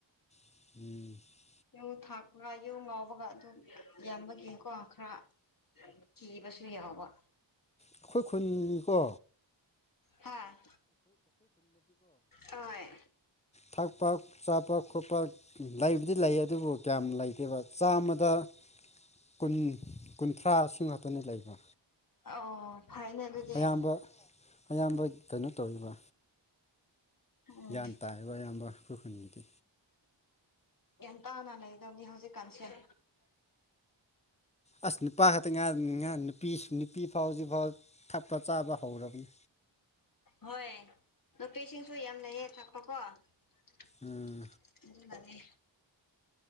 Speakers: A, on the left; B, on the left.
A: <inaudible>
B: ꯌꯨ ꯊꯥꯛꯄꯒ ꯌꯨ ꯉꯥꯎꯕꯒ ꯑꯗꯨꯝ ꯌꯥꯝꯕꯒꯤꯀꯣ ꯈꯔ ꯀꯤꯕꯁꯨ ꯌꯥꯕ
A: ꯑꯩꯈꯣꯏ ꯈꯨꯟ ꯀꯣ
B: ꯍꯥꯥ ꯑꯣꯏ
A: ꯊꯛꯄ ꯆꯥꯕ ꯈꯣꯠꯄ ꯂꯩꯕꯨꯗꯤ ꯂꯩ ꯑꯗꯨ ꯑꯗꯨꯕꯨ ꯀꯌꯥꯝ ꯂꯩꯇꯦꯕ ꯆꯥꯃꯗ ꯀꯨꯟ ꯀꯨꯟ ꯊꯔꯥꯁꯤꯡ ꯍꯥꯇꯨꯅ ꯂꯩꯕ
B: ꯑꯣ ꯐꯩꯅꯦ ꯑꯗꯨꯗꯤ
A: ꯑꯌꯥꯝꯕ ꯑꯌꯥꯝꯕ ꯀꯩꯅꯣ ꯇꯧꯔꯤꯕ
B: ꯎꯝ
A: ꯒ꯭ꯌꯥꯟ ꯇꯥꯕ ꯑꯌꯥꯝꯕ ꯈꯨꯈꯨꯡꯒꯤ
B: ꯌꯥꯝꯟ ꯇꯥꯅ ꯂꯩꯗꯧꯅꯤ ꯍꯧꯖꯤꯛꯀꯥꯟꯁꯦ
A: ꯑꯁ ꯅꯨꯄꯥ ꯈꯛꯇ ꯉꯥꯏꯥꯅꯤ ꯉꯥ ꯅꯨꯄꯤꯁꯨ ꯅꯨꯄꯤ ꯐꯥꯎꯖꯤꯐꯥꯎ ꯊꯛꯄ ꯆꯥꯕ ꯍꯧꯔꯕꯅꯤ
B: ꯍꯣꯏ ꯅꯨꯄꯤꯁꯤꯡꯁꯨ ꯌꯥꯝꯅꯍꯦ ꯊꯛꯄꯀꯣ ꯑꯗꯨ
A: ꯎꯝ
B: ꯃꯥꯅꯤ